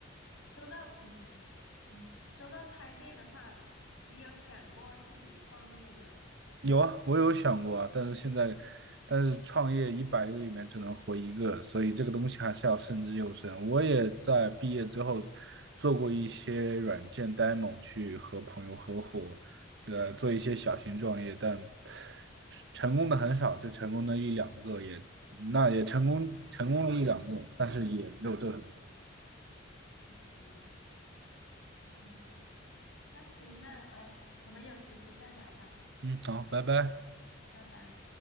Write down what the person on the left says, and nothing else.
说到嗯嗯嗯，说到开店的话，你有想过自己创业吗？
嗯嗯。那行，那呃，我们有时间再聊吧，
拜拜。